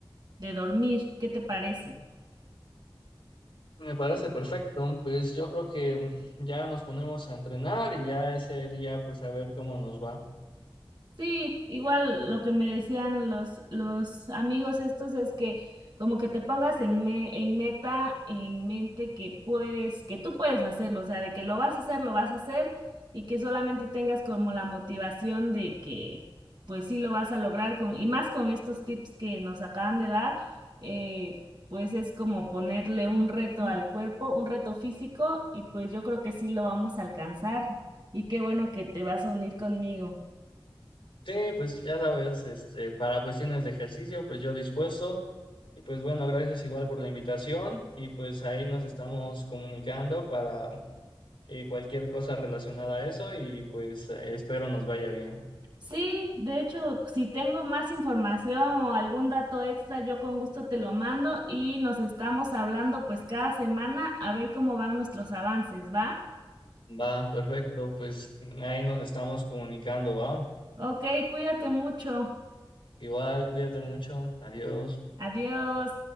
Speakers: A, on the right (about 50°); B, on the left (about 65°).
A: de dormir. ¿Qué te parece?
B: Me parece perfecto. Pues yo creo que ya nos ponemos a entrenar y ya ese día pues a ver cómo nos va.
A: Sí, igual lo que me decían los, los amigos estos es que como que te pongas en, me- en meta, en mente que puedes, que tú puedes hacerlo, o sea, de que lo vas a hacer, lo vas a hacer y que solamente tengas como la motivación de que pues sí lo vas a lograr con, y más con estos tips que nos acaban de dar, eh, pues es como ponerle un reto al cuerpo, un reto físico y pues yo creo que sí lo vamos a alcanzar y qué bueno que te vas a unir conmigo.
B: Sí, pues ya sabes, este, para cuestiones de ejercicio, pues yo dispuesto. Y pues bueno, gracias igual por la invitación y pues ahí nos estamos comunicando para eh, cualquier cosa relacionada a eso y pues eh, espero nos vaya bien.
A: Sí, de hecho, si tengo más información o algún dato extra, yo con gusto te lo mando y nos estamos hablando pues cada semana a ver cómo van nuestros avances, ¿va?
B: Va, perfecto, pues ahí nos estamos comunicando, va.
A: Ok, cuídate mucho.
B: Igual, cuídate mucho, adiós.
A: Adiós.